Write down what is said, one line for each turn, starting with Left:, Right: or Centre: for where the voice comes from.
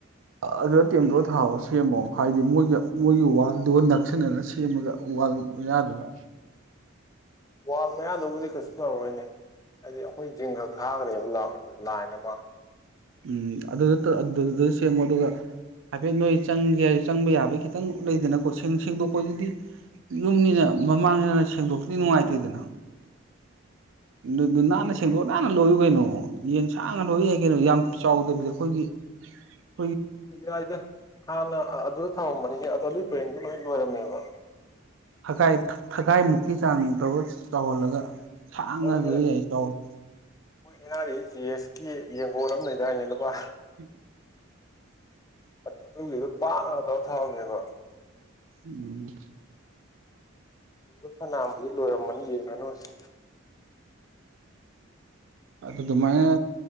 Right: ꯑꯗꯨ ꯇꯦꯝꯗꯣꯛꯑ ꯊꯥꯔꯣ ꯁꯦꯝꯃꯣ ꯍꯥꯏꯗꯤ ꯃꯣꯏꯒꯤ ꯃꯣꯏꯒꯤ ꯋꯥꯜꯗꯨꯒ ꯅꯛꯁꯤꯟꯅꯅ ꯁꯦꯝꯃꯒ ꯋꯥꯜ ꯃꯌꯥꯗꯨꯒ
Left: ꯋꯥꯜ ꯃꯌꯥꯗꯨꯕꯨꯗꯤ ꯀꯩꯁꯨ ꯇꯧꯔꯣꯏꯅꯦ ꯍꯥꯏꯗꯤ ꯑꯩꯈꯣꯏ ꯖꯤꯡꯒ ꯈꯥꯒꯔꯦꯕ ꯂꯥꯏꯟ ꯑꯃ
Right: ꯎꯝ ꯑꯗꯨꯗ ꯑꯗꯨꯗ ꯁꯦꯝꯃꯣ ꯑꯗꯨꯒ ꯍꯥꯏꯐꯦꯠ ꯅꯣꯏ ꯆꯪꯒꯦ ꯍꯥꯏ ꯆꯪꯕ ꯌꯥꯕꯩ ꯈꯤꯇꯪ ꯂꯩꯗꯅꯀꯣ ꯁꯦꯡꯗꯣꯛꯄꯁꯤꯗꯤ ꯌꯨꯝꯅꯤꯅ ꯃꯃꯥꯡꯅꯤꯅ ꯁꯦꯡꯗꯣꯛꯇ꯭ꯔꯗꯤ ꯅꯨꯡꯉꯥꯏꯇꯦꯗꯅ ꯑꯗꯨ ꯅꯥꯟꯅ ꯁꯦꯡꯗꯣꯛꯑ ꯅꯥꯟꯅ ꯂꯣꯏꯌꯨ ꯀꯩꯅꯣ ꯌꯦꯟ ꯁꯥꯡꯅ ꯂꯣꯏ ꯌꯥꯏ ꯀꯩꯅꯣ ꯌꯥꯝ ꯆꯥꯎꯗꯕꯤꯗ ꯑꯩꯈꯣꯏꯒꯤ <unintelligible>
Left: ꯌꯥꯏꯗ ꯍꯥꯟꯅ ꯑꯗꯨꯗ ꯊꯥꯃꯝꯕꯅꯤ ꯑꯗꯨꯢ ꯄꯔꯦꯡꯗꯨ ꯂꯣꯏ ꯂꯣꯏꯔꯝꯃꯦꯕ
Right: ꯊꯈꯥꯏ ꯊꯈꯥꯏ ꯃꯨꯛꯀꯤ ꯆꯥꯥꯡ ꯇꯧꯔ ꯆꯥꯎꯍꯜꯂꯒ
Left: ꯍ
Right: ꯁꯥꯡꯅ ꯂꯣꯏ ꯌꯥꯏ ꯆꯥꯎ ꯎꯝ
Left: ꯍꯣꯏ ꯑꯦꯅꯥꯔꯤꯖꯤꯁ ꯀ ꯌꯦꯡꯒꯣꯜ ꯑꯃ ꯂꯩꯗꯥꯏꯅꯦ ꯂꯄꯥ
Right: ꯎ
Left: ꯑꯗꯨ ꯑꯗꯨꯒꯤꯗ ꯄꯥꯛꯑꯗꯧ ꯊꯔꯝꯃꯦꯕ
Right: ꯎꯝ
Left: ꯑꯗꯨꯝ ꯐꯅꯥꯕꯨꯗꯤ ꯂꯣꯏꯔꯝꯃꯅꯤ ꯌꯦ ꯉꯥꯅꯨꯁꯦ
Right: ꯑꯗꯨ ꯑꯗꯨꯃꯥꯏꯅ